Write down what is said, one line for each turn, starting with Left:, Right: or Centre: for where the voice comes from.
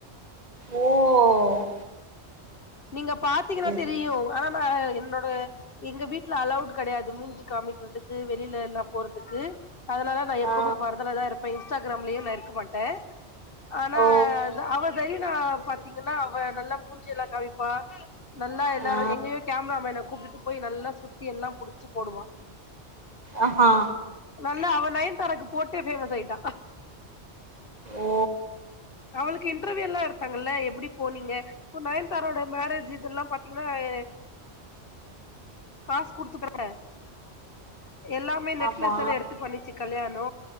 Right: ஓ
Left: நீங்க பாத்தீங்னா
Right: சரி
Left: தெரியு ஆனா நா எ என்னோட எங்க வீட்ல அலொவ்டு கெடயாது மூஞ்சி காமிக்றதுக்கு வெளில எல்லா போறதுக்கு அதுனால நா எப்போம்மே
Right: ஆ
Left: பர்தாலதா இருப்ப இன்ஸ்ட்டா கிராம்லியு நா இருக்க மாட்டே ஆனா
Right: ஓ
Left: அவா சைய னா பாத்தீங்கனா அவ நல்லா மூஞ்சியெல்லா காமிப் பா நல்லா எல்லாரு
Right: ஆ
Left: எங்கயோ கேமரா மேன கூப்டுட்டு போய் நல்லா சுத்தி எல்லா புடிச்சு போடுவா
Right: அஹா
Left: நல்லா அவ நயன்தாராக்கு போட்டே ஃபேமஸ் ஆய்ட்டா
Right: ஓ
Left: அவளுக்கு இன்டர்வியூலா எடுத்தாங்கல்ல எப்புடி போனீங்க இப்ப நயன்தாரா ஓட மேரேஜ் இதெல்லா பாத்தீங்கனா ஏ காஸ் குடுத்து <inaudible> எல்லாமே நெட்ஃபிளஸ்தான
Right: ஆமா
Left: எடுத்து பண்ணிச்சு கல்யாண் நோ